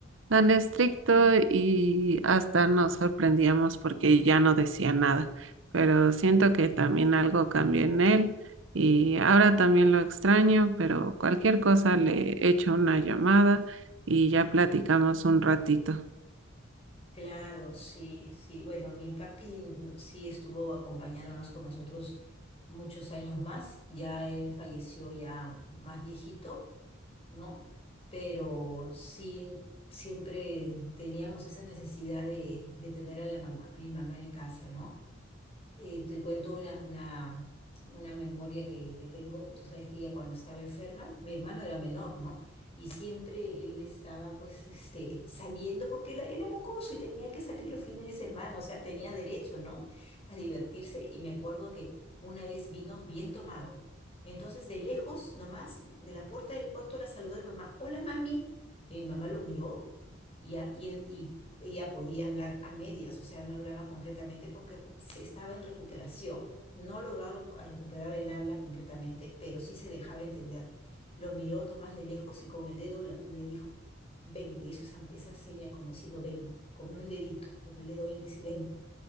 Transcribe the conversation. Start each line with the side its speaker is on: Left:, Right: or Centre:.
Right: tan estricto y hasta nos sorprendíamos porque ya no decía nada, pero siento que también algo cambió en él y ahora también lo extraño, pero cualquier cosa le echo una llamada y ya platicamos un ratito.
Left: Claro, sí, sí. Bueno, mi papi no- sí estuvo acompañándonos con nosotros muchos años más. Ya él falleció ya más viejito, ¿no? Pero sí, siempre teníamos esa necesidad de, de tener a la mamá, a mi mamá en casa, ¿no? Eh, te cuento una, una, una memoria que, que tengo. Tú sabes que ella cuando estaba enferma, mi hermano era menor, ¿no? Y siempre él estaba pues este, saliendo porque él era mocoso y tenía que salir los fines de semana, o sea, tenía derecho, ¿no? A divertirse. Y me acuerdo que una vez vino bien tomado. Entonces, de lejos, nomás, de la puerta del cuarto, la saludó mi mamá. Hola, mami. Y mi mamá lo miró y, a- y, ella podía hablar a medias, o sea, no hablaba completamente porque se estaba en recuperación. No lograron a recuperar el habla completamente, pero sí se dejaba entender. Lo miró Tomás de lejos y con el dedo la- le dijo, ven, le hizo esa, esa seña como diciendo, ven, con un dedito, con el dedo índice, ven.